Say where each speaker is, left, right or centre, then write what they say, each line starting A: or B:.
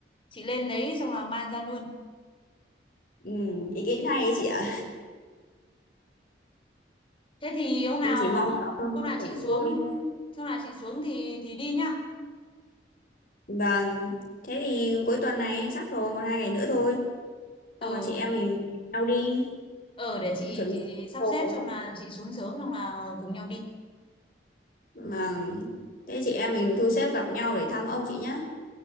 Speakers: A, on the left; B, on the left.
A: chị lên đấy xong là mang ra luôn
B: ừ, ý kiến hay đấy chị ạ
A: thế thì hôm nào
B: em chỉ mong là ông
A: hôm nào
B: khỏe
A: chị xuống
B: thôi
A: hôm nào chị xuống thì thì đi nhá
B: vâng Thế thì cuối tuần này sắp rồi, một hai ngày nữa thôi.
A: ờ
B: xong rồi chị em mình nhau đi
A: ờ để chị,
B: mình chuẩn
A: chị
B: bị
A: chị sắp
B: đồ
A: xếp xong là chị xuống sớm xong là cùng nhau đi
B: mà thế chị em mình thu xếp gặp nhau để thăm ông chị nhé